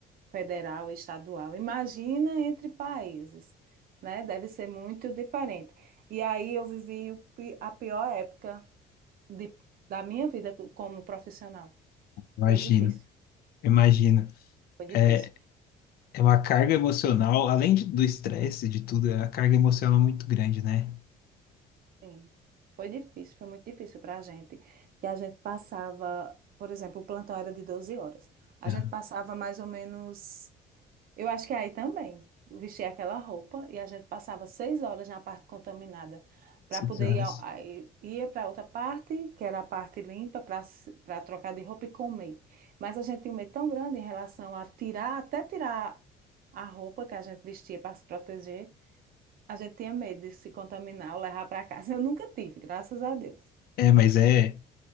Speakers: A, on the right; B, on the left.
A: federal e estadual. Imagina entre países, né? Deve ser muito diferente. E aí eu vivi o pi- a pior época de- da minha vida como profissional.
B: imagino,
A: Foi difícil,
B: imagino.
A: foi difícil.
B: É, é uma carga emocional, além de- do estresse, de tudo, é uma carga emocional muito grande, né?
A: Sim, foi difícil, foi muito difícil para a gente. Que a gente passava, por exemplo, o plantão era de 12 horas. A
B: Ah,
A: gente passava mais ou menos Eu acho que aí também. Eu Vestia aquela roupa e a gente passava seis horas na parte contaminada para
B: seis
A: poder
B: horas.
A: ir ao- aí ia para outra parte, que era a parte limpa, para para trocar de roupa e comer. Mas a gente tinha um medo tão grande em relação a tirar, até tirar a roupa que a gente vestia para se proteger. A gente tinha medo de se contaminar ou levar para casa. Eu nunca tive, graças a Deus.
B: É, mas é.